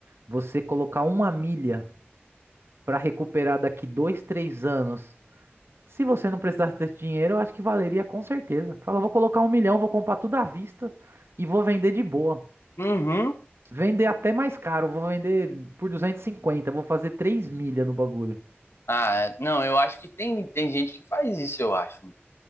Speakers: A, on the right; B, on the left.
A: você colocar uma milha para recuperar daqui dois, três anos? Se você não precisasse desse dinheiro, eu acho que valeria com certeza. Fala, vou colocar um milhão, vou comprar tudo à vista e vou vender de boa.
B: Uhum.
A: Vender até mais caro, vou vender por duzentos e cinquenta vou fazer 3 milhas no bagulho.
B: Ah, não, eu acho que tem, tem gente que faz isso, eu acho.